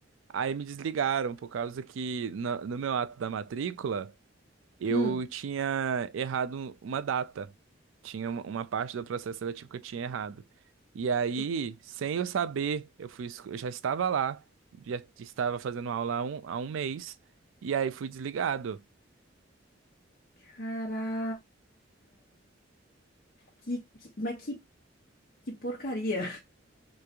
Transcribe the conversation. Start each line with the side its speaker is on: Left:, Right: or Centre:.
Right: Aí me desligaram por causa que no, no meu ato da matrícula eu
Left: Hum.
Right: tinha errado uma data. Tinha uma uma parte do processo seletivo que eu tinha errado. E aí,
Left: Puta.
Right: sem eu saber, eu fui, esco- eu já estava lá, já estava fazendo aula há um, há um mês, e aí fui desligado.
Left: Caraca. Que, que- mas que, que porcaria.